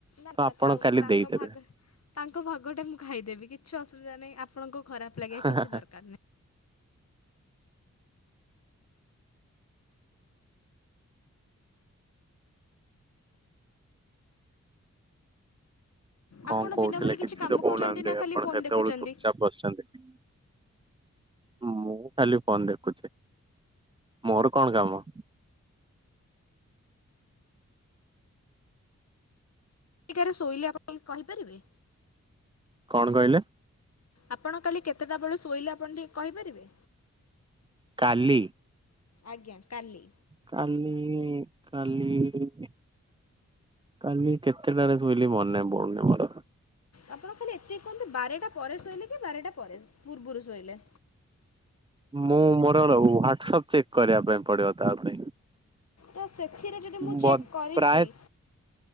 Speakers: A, on the left (about 60°); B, on the right (about 20°).
A: ନା
B: ତ
A: ନା
B: ଆପଣ
A: ଥାଉ
B: କାଲି
A: ତାଙ୍କ
B: ଦେଇଦେବେ
A: ଭାଗ। ତାଙ୍କ ଭାଗଟା ମୁଁ ଖାଇଦେବି କିଛି ଅସୁବିଧା ନାହିଁ ଆପଣଙ୍କ ଖରାପ ଲାଗା
B: ହାଁ
A: କିଛି
B: ହାଁ
A: ଦରକାର ନାହିଁ।
B: କଣ
A: ଆପଣ
B: କହୁଥିଲେ
A: ଦିନଭରି
B: କିଛି
A: କାମ
B: ତ କହୁନାହାନ୍ତି
A: କରୁଛନ୍ତି ନା ଖାଲି
B: ଆପଣ
A: ଫୋନ୍
B: କେତେବେଳୁ
A: ଦେଖୁଛନ୍ତି?
B: ଚୁପଚାପ ବସିଛନ୍ତି। ମୁଁ ଖାଲି ଫୋନ ଦେଖୁଛି ମୋର କଣ କାମ।
A: କେତେଟା ରେ ଶୋଇଲେ ଆପଣ କହିପାରିବେ।
B: କଣ କହିଲେ?
A: ଆପଣ କାଲି କେତେଟା ବେଳେ ଶୋଇଲେ ଆପଣ ଟିକେ କହିପାରିବେ।
B: କାଲି।
A: ଆଜ୍ଞା କାଲି।
B: କାଲି କାଲି। କାଲି କେତେଟା ରେ ଶୋଇଲିି ମନେ ପଡୁନି ମୋର।
A: ଆପଣ ଖାଲି ଏତିକି କୁହନ୍ତୁ ବାରଟା ପରେ ଶୋଇଲେ କି ବାରଟା ପରେ ପୂର୍ବରୁ ଶୋଇଲେ।
B: ମୁଁ ମୋର ର ହ୍ଵାଟସପ୍ ଚେକ୍ କରିବା ପାଇଁ ପଡିବ ତା ପାଇଁ।
A: ତ ସେଥିରେ ଯଦି ମୁଁ
B: ବ
A: ଚେକ୍ କରିଛି।
B: ପ୍ରାୟ